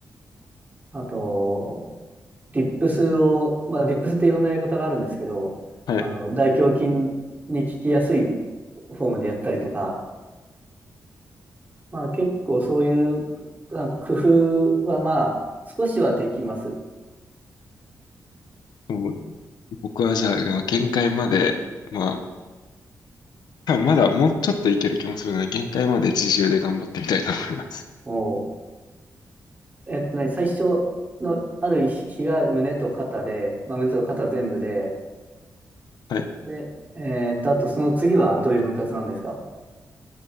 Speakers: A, on the right; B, on the left.
A: あと、リップスを、まあ、リップスっていろんなやり方があるんですけど、
B: はい。
A: あの、大胸筋に効きやすいフォームでやったりとか、まあ、結構そういうあ工夫は、まあ、少しはできます。
B: もう僕はじゃあ、限界まで、まあ、多分まだもうちょっといける気もするので、限界まで自重で頑張ってみたいと思います。
A: もう、えっとね、最初のある日が胸と肩で、まあ、胸と肩全部で、
B: はい。
A: で、えっと、あとその次はどういう分割なんですか